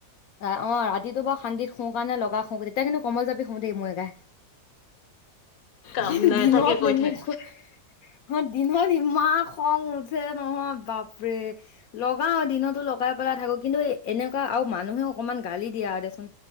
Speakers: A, on the left; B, on the left.
A: ৰা অ ৰাতিটো বা শান্তিত শু কাৰনে লগা শু তেতিয়া কিন্তু কমবল জাপি শু দেই মোৰ এগাই।
B: কাম
A: কি
B: নাই
A: দিন
B: তাকে
A: আপ
B: কৈ থাক
A: <inaudible> অ দিনত ইমান খং উঠে নহয় বাপৰে! লগাও দিনতো লগাই পেলাই থাকো কিন্তু এনেকুৱা আৰু মানুহে অকমান গালি দিয়া আৰু দেচোন।